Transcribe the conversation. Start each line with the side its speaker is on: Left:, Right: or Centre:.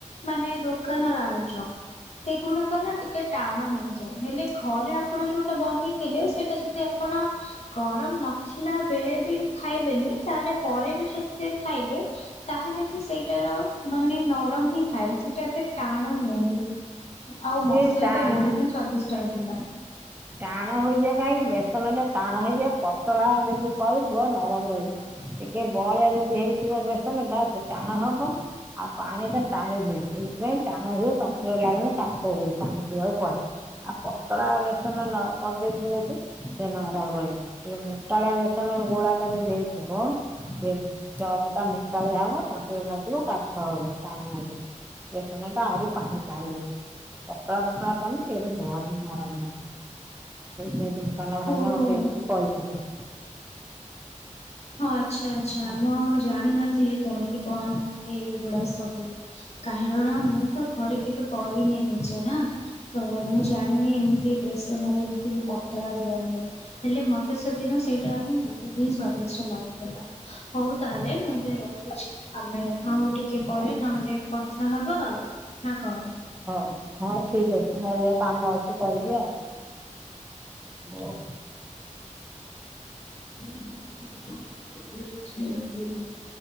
Left: ମାନେ ଦୋକାନ ର ଆଳୁଚପ। ସେଗୁଡାକ ନା ଟିକେ ଟାଣ ହେଇଯାଏ। ହେଲେ ଘରେ ଆପଣ ଯୋଉଟା ବନେଇ ଥିଲେ ସେଇଟା ଯଦି ଆପଣ ଗରମ ନଥିଲା ବେଳେ ବି ଖାଇବେନି ତାହେଲେ ପରେ ବି ଯଦି ଖାଇବେ ତାହେଲେ ବି ସେଇଟାର ମାନେ ନରମ ହିଁ ଥାଏ, ସେଇଟା ଏତେ ଟାଣୁ ହୁଏନି। ଆଉ
Right: ସିଏ
Left: ମସଲା
Right: ତା
Left: ତ ବହୁତ ହିଁ ସ୍ଵାଦିଷ୍ଟ ହେଇଥିଲା।
Right: ଟାଣ ହୋଇଯାଏ, କାହିଁକି ବେସନ ଟା ଟାଣ ହେଇଯାଏ ପତଳା ଯଦି କରିଥିବ ନରମ ରହିବ। ଟିକେ ବଳିଆ ଯଦି ହେଇଥିବ ବେସନ ଟା ସେ ଟାଣ ହବ। ଆଉ ପାଣି ଟା ଟାଣି ନିଏ। ସେଇଥିପାଇଁ ଟାଣ ହୁଏ ତଣ୍ଟର ଲାଗିଲେ କାଶ ହୁଏ। ପାଣି ପିଇବାକୁ ପଡେ, ଆଉ ପତଳା ବେସନ ନ କରିଦେଇଥିବେ ବି ସେ ନରମ ରହିବ। ଟିକେ ମୋଟାଳିଆ ବେସନ ଗୋଳା ଟା ଯଦି ଦେଇଥିବ ସିଏ ଚପ ଟା ମୋଟାଳିଆ ହବ ତଣ୍ଟିର ନାଗିବ। କାଶ ହବ, ଟାଣ ନାଗିବ, ବେସନ ଟା ଆଉରି ପାଣି ଟାଣି ନିଏ। ପତଳା ପତଳା କନେ ସିଏ ବି ଭଲ ନରମ ନାଗିବ। <inaudible> ଦୋକାନ ଭାଇନା
Left: ଓହୋ
Right: ମୋତେ ଏମତି କହିଥିଲେ।
Left: ହଁ ଆଚ୍ଛା, ଆଚ୍ଛା,
Right: ହଉ
Left: ମୁଁ ଆଉ ଜାଣିନଥିଲି କେମିତି କଣ ହୁଏ ଏଇଗୁଡା ସବୁ। କାରଣ ମୁଁ ତ ଘରେ କେବେ କରିନି ନିଜେ ନା। ତ ମୁଁ ଜାଣିନି ଏମିତି ବେସନରେ ଏମିତି ପତଳା ଦିଆଯାଏ। ହେଲେ ମୋତେ ସେଦିନ ସେଇଟା ହିଁ ବହୁତ ହିଁ ସ୍ଵା ଦିଷ୍ଅଁ ଲାଗୁଥିଲା। ହଉ ତାହେଲେ ମୁଁ ଏବେ ରଖୁଛି। ଆମେ ଆଉ ଟିକେ ପରେ ନହେଲେ କଥା ହବା ଆଉ ନା କଣ?
Right: ହୋ, ହଁ ଠିକ ଅଛି ମୋର ଯା କାମ ଅଛି କରିବି ଆଉ। ବୋ
Left: <inaudible>